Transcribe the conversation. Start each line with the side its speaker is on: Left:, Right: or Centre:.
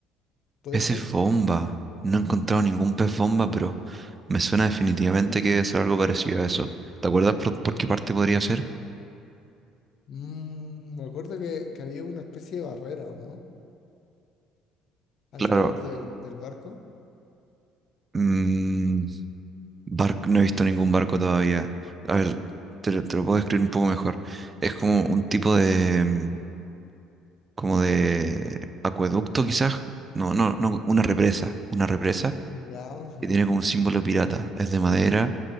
Left: ¿Puede
Right: Peces
Left: ser?
Right: bomba. No he encontrado ningún pez bomba, pero me suena definitivamente que debe ser algo parecido a eso. ¿Te acuerdas por, por qué
Left: Mm.
Right: parte podría ser?
Left: Mm, me acuerdo que, que había una especie de barrera, ¿o no? Alrededor
Right: Claro,
Left: del, del barco.
Right: mm, barco, no he visto ningún barco todavía. A ver, te, lo te lo puedo describir un poco mejor. Es como un tipo de, mm, como de acueducto quizás. No, no, no, una represa. Una represa
Left: Ya, ok.
Right: que tiene como un símbolo pirata. Es de madera,